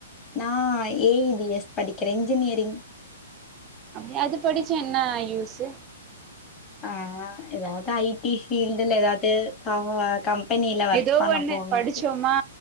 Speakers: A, on the left; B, on the right.
A: நா ஏ டி எஸ் படிக்கிற இன்ஜினியரிங்
B: அப்டியா அது படிச்சா என்ன யூஸு
A: ஆ ஏதாவது ஐ டி ஃபீல்டுல்ல ஏதாவது அ கம்பெனில ஒர்க்
B: ஏதோ
A: பண்ண
B: ஒண்ணு
A: போணு
B: படிச்சோமா